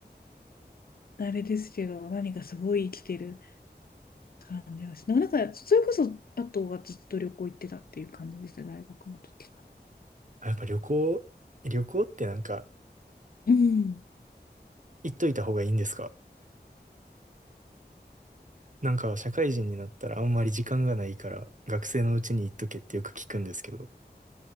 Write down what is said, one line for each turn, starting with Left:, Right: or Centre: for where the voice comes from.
Left: あれですけど、何かすごい生きてる感じはして、なんかそれこそあとはずっと旅行行ってたっていう感じでした、大学の時か
Right: やっぱ旅行、旅行ってなんか
Left: ら。うん。
Right: 行っといた方がいいんですかなんか社会人になったらあんまり時間がないから学生のうちに行っとけってよく聞くんですけど。